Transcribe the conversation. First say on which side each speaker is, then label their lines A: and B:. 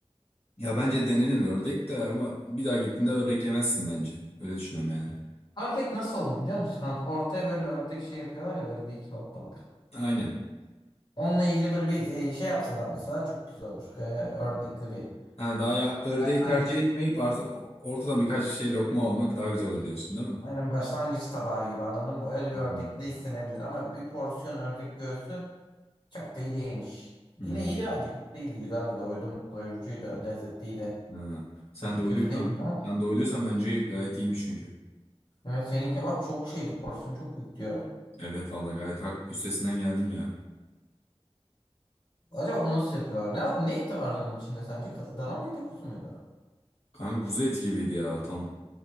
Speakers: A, on the left; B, on the left.
A: Ya bence denenir ördek de ama bir daha gittiğinde ördek yemezsin bence. Öyle düşünüyorum yani.
B: Ördek nasıl olur biliyor musun kanka? Ortaya böyle ördek şey yapıyorlar ya böyle bir iki lokmalık.
A: Aynen.
B: Onunla ilgili böyle bir e, şey yapsalar mesela çok güzel olur. E, ördekli bir
A: Ha, daha ya ördeği
B: başlangıç.
A: tercih etmeyip art- ortadan birkaç şey lokma almak daha güzel olur diyorsun değil mi?
B: Aynen başlangıç tabağı gibi anladın mı? Öyle bir
A: Hmm.
B: ördekli de istenebilir ama bir porsiyon ördek göğsü çok da iyi değilmiş.
A: Hmm.
B: Yine iyiydi bence kötü değildi güzeldi doydum. Doyurucuydu lezzetliydi.
A: Ha. Sen
B: Hani
A: doyduysan
B: kötü değildi ama.
A: sen doyduysan bence gayet iyiymiş çünkü.
B: Evet senin kebap çok şeydi porsiyon çok büyük diyor.
A: Evet vallahi gayet hak üstesinden geldim ya.
B: Acaba onu nasıl yapıyorlar? Ne, ne eti vardı onun içinde sence? Ka- Dana mıydı kuzu muydu?
A: Kanka kuzu eti gibiydi ya tam